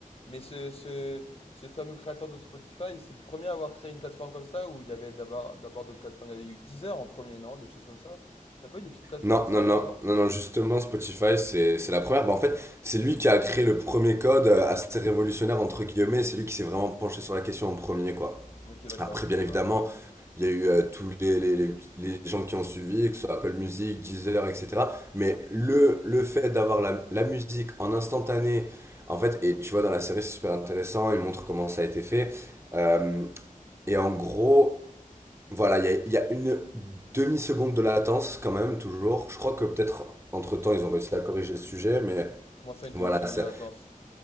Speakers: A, on the left; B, on the right.
A: Mais ce, ce, ce fameux créateur de Spotify, c'est le premier à avoir créé une plateforme comme ça où il y avait d'abord d'abord d'autres plateformes. Il y avait eu Deezer en premier, non? Des choses comme ça. Il n'y a pas eu des petites plateformes
B: Non,
A: qui
B: non,
A: sont arrivées
B: non,
A: avant?
B: non, non, justement Spotify c'est c'est la première. Bah, en fait, c'est lui qui a créé le premier code euh, assez révolutionnaire entre guillemets, c'est lui qui s'est vraiment penché sur la question en premier quoi.
A: Ok, d'accord,
B: Après,
A: je savais
B: bien évidemment,
A: pas.
B: il y a eu euh, tous les, les, les- les gens qui ont suivi, que ce soit Apple Music, Deezer, etc. Mais le, le fait d'avoir la, la musique en instantané, en fait, et tu vois, dans la série, c'est super intéressant, il montre comment ça a été fait. Euh, et en gros, voilà, il y a, il y a une demi-seconde de latence quand même, toujours. Je crois que peut-être entre-temps, ils ont réussi à corriger le sujet, mais
A: Comment ça, une demi-seconde
B: voilà, ça,
A: de latence?